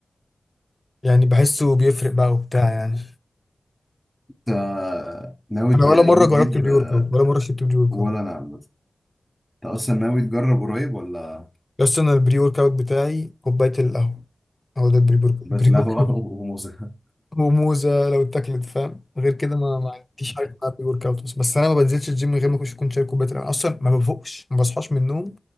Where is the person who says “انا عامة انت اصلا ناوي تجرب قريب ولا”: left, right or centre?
Centre